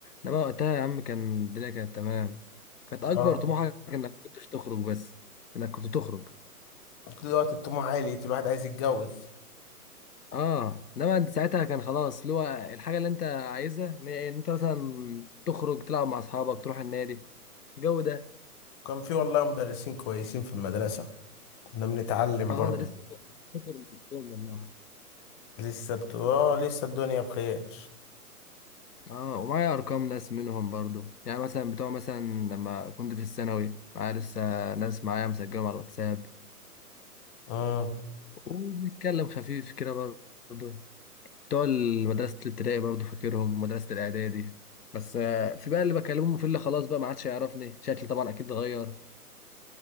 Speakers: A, on the left; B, on the left.
A: انما وقتها يا عم كان الدنيا كانت تمام كانت اكبر
B: اه
A: طموحك انك كنتش تخرج بس انك كنت تخرج
B: دلوقتي الطموح عالي الواحد عايز يتجوز
A: اه انما انت ساعتها كان خلاص اللي هو الحاجه اللي انت عايزها ان إن انت مثلا تخرج تلعب مع اصحابك تروح النادي الجو ده
B: كان في والله مدرسين كويسين في المدرسه كنا بنتعلم
A: اه
B: برضو
A: انا لسه فاكر من اليوم والله
B: لسه بت... اه لسه الدنيا بخير
A: اه ومعايا ارقام ناس منهم برضو يعني مثلا بتوع مثلا لما كنت في الثانوي معايا لسه ناس معايا مسجلهم على الواتساب
B: اه
A: وبنتكلم خفيف كده برضو بتوع مدرسة الابتدائي برضو فاكرهم مدرسة الاعدادي بس آه، في بقى اللي بكلمهم في اللي خلاص بقى ما عادش يعرفني شكلي طبعا اكيد اتغير